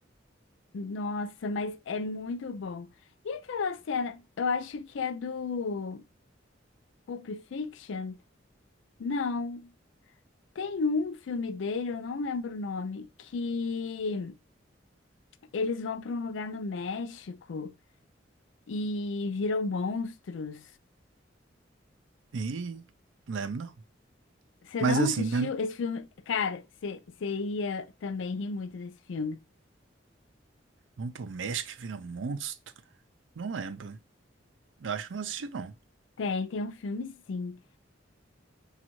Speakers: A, on the left (about 75°); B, on the right (about 80°).
A: Nossa, mas é muito bom. E aquela cena, eu acho que é do Pulp Fiction? Não. Tem um filme dele, eu não lembro o nome, que eles vão para um lugar no México e viram monstros.
B: Ih, não lembro não.
A: Você
B: Mas
A: não
B: assim,
A: assistiu
B: mesmo-
A: esse filme? Cara, você você ia também rir muito desse filme.
B: vamos pro México que vira um monstro? Não lembro. Eu acho que não assisti, não.
A: Tem, tem um filme sim.